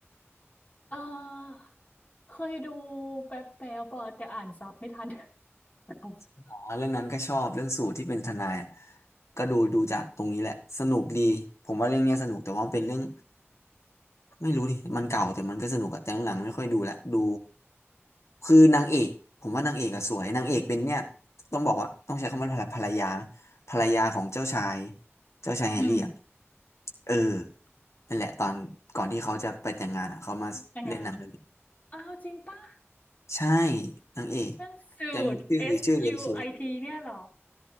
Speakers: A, on the left; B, on the left.
A: เออเคยดูแป๊บแป๊บๆอะแต่อ่านซับไม่ทัน <laughs>
B: อ๋อเรื่องนั้นก็ชอบเรื่องสูตรที่เป็นทนายอะก็ดูดูจากตรงนี้แหละสนุกดีผมว่าเรื่องเนี้ยสนุกแต่ว่ามันเป็นเรื่องไม่รู้ดิมันเก่าแต่มันก็สนุกอะแต่หลังๆไม่ค่อยดูละดูคือนางเอกผมว่านางเอกอะสวยนางเอกเป็นเนี่ยต้องบอกว่าต้องใช้คำว่าภรรยาไหมภรรยาของเจ้าชายเจ้าชายแฮร์รี่อะ
A: อืม
B: เออนั่นแหละตอนก่อนที่เขาจะไปแต่งงานอะเขามาเล่นหนังเรื่องนี้
A: แต่งานอ้าวจริงป่ะ
B: ใช่นางเอก
A: เรื่องสูตร
B: ยังชื่อชื่อเรเชล
A: S U I T เนี่ยเหรอ